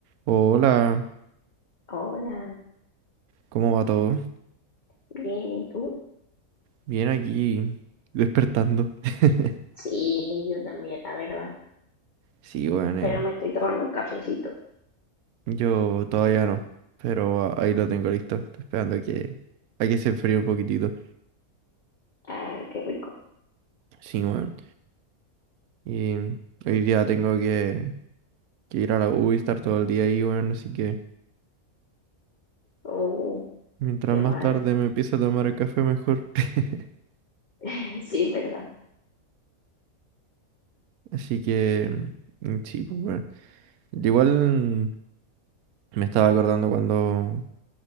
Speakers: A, on the right; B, on the left.
A: Hola,
B: Hola,
A: ¿cómo va todo?
B: bien, ¿y tú?
A: Bien aquí, despertando. <laughs>
B: Sí, yo también, la verdad.
A: Sí, bueno, eh,
B: Pero me estoy tomando un cafecito.
A: yo todavía no, pero a- ahí lo tengo listo. Estoy esperando a que, a que se enfríe un poquitito.
B: Ah, qué rico.
A: Sí, bueno. Y mm, hoy día tengo que, que ir a la U y estar todo el día ahí, bueno, así que
B: Oh,
A: mientras
B: qué
A: más
B: mal.
A: tarde me empiece a tomar el café, mejor. <laughs>
B: <laughs> Sí, verdad.
A: Así que, mm, sí, pues bueno. Igual mm, me estaba acordando cuando,